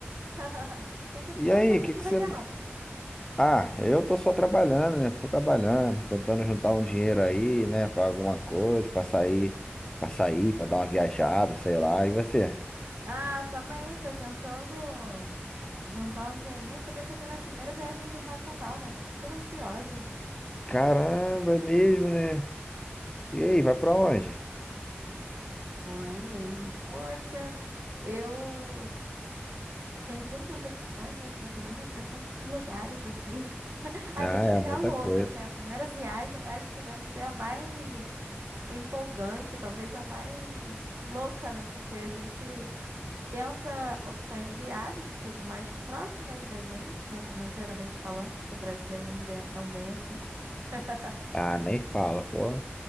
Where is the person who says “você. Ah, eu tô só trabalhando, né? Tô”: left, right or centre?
Left